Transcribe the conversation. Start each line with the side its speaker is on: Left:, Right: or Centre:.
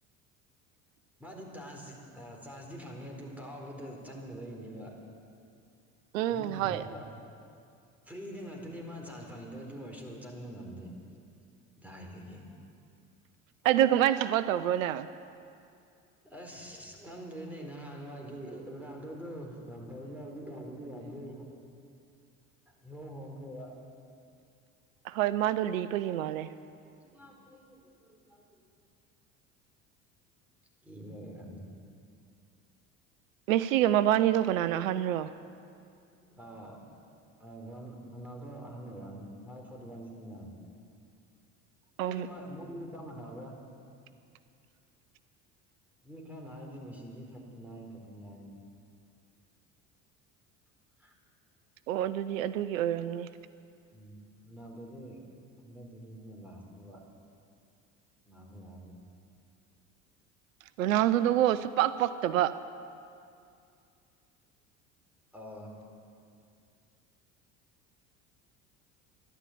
Centre: ꯃꯥꯗꯤ ꯆꯥꯟꯁ ꯆꯥꯟꯖꯇꯤ ꯐꯪꯉꯦ ꯑꯗꯨ ꯀꯥꯎꯕꯗ ꯆꯪꯗꯕꯩꯅꯦꯕ
Right: ꯎꯝ
Centre: ꯑꯗꯨꯝ ꯐꯪꯉꯦꯗ
Right: ꯍꯣꯏ
Centre: ꯐ꯭ꯔꯤꯗ ꯉꯥꯛꯇꯅꯦ ꯃꯥ ꯆꯥꯟꯁ ꯐꯪꯉꯤꯗꯣ ꯑꯗꯨ ꯑꯣꯏꯔꯁꯨ ꯆꯪꯕ ꯉꯝꯗꯦ ꯀꯗꯥꯏꯗꯒꯤ
Right: ꯑꯗꯨ ꯀꯃꯥꯏꯅ ꯁꯥꯄꯣꯔꯠ ꯇꯧꯕ꯭ꯔꯣ ꯅꯪ
Centre: ꯑꯁ ꯈꯪꯗ꯭ꯔꯦꯅꯦ ꯅꯍꯥꯟꯋꯥꯏꯒꯤ ꯔꯣꯅꯥꯜꯗꯣꯗꯣ ꯌꯥꯝ ꯐꯩꯅ ꯍꯧꯖꯤꯛꯀꯥꯟꯒꯤꯗꯤ ꯌꯥꯗ꯭ꯔꯦ ꯏꯍꯣꯡ ꯍꯣꯡꯈ꯭ꯔꯦꯕ
Right: ꯍꯣꯏ ꯃꯥꯗꯣ ꯂꯤꯕꯒꯤ ꯃꯥꯜꯂꯦ
Centre: ꯗꯣ ꯄꯦ ꯆꯥ <unintelligible> ꯂꯤꯕꯩ ꯑꯣꯏꯔꯝꯅꯤ
Right: ꯃꯦꯁꯤꯒ ꯃꯕꯥꯅꯤꯗꯣ ꯀꯅꯥꯅ ꯑꯥꯍꯟꯔꯣ
Centre: ꯑꯥ ꯔꯣꯅꯥꯜꯗꯣꯅ ꯑꯍꯟ ꯑꯣꯏꯔꯝꯅꯤ ꯃꯥꯗꯤ ꯐꯣꯔꯇꯤ ꯋꯥꯟ ꯁꯨꯏꯅ
Right: ꯑꯣ
Centre: ꯈꯪꯗꯦ ꯃꯥ ꯃꯣꯏ ꯑꯅꯤ ꯆꯞ ꯃꯥꯟꯅꯕ꯭ꯔ
Right: <unintelligible>
Centre: ꯃꯤ ꯈꯔꯅ ꯍꯥꯏꯔꯗꯤ ꯃꯁꯤꯁꯤꯗꯤ ꯊꯥꯔꯇꯤ ꯅꯥꯏꯟ ꯈꯛꯛꯇꯅꯤ ꯍꯥꯏꯅꯤ <unintelligible>
Right: ꯑꯣ ꯑꯗꯨꯗꯤ ꯑꯗꯨꯒꯤ ꯑꯣꯏꯔꯝꯅꯤ
Centre: ꯎꯝ ꯔꯣꯅꯥꯜꯗꯣꯗꯤ ꯍꯟꯗꯛ ꯆꯍꯤꯁꯤꯅ ꯂꯥꯁꯅꯦꯕ ꯅꯥꯕ ꯌꯥꯔ
Right: ꯔꯣꯅꯥꯜꯗꯣꯗꯨꯒꯣ ꯁꯨꯄꯛ ꯄꯛꯇꯕ
Centre: ꯑꯥ